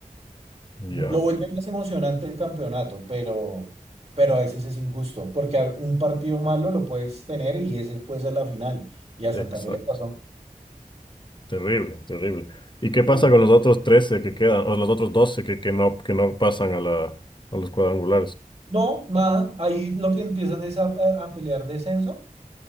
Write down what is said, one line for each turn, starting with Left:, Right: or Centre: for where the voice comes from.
Left: Ya,
Right: lo vuelve más emocionante el campeonato, pero, pero a veces es injusto, porque a- un partido malo lo puedes tener y ese puede ser la final. Y a
Left: exacto.
Right: Santa Fe le pasó.
Left: Terrible, terrible. ¿Y qué pasa
Right: Sí.
Left: con los otros 13 que quedan, o los otros 12 que, que no, que no pasan a la, a los cuadrangulares?
Right: No, nada, ahí lo que empiezan es a, a- a pelear descenso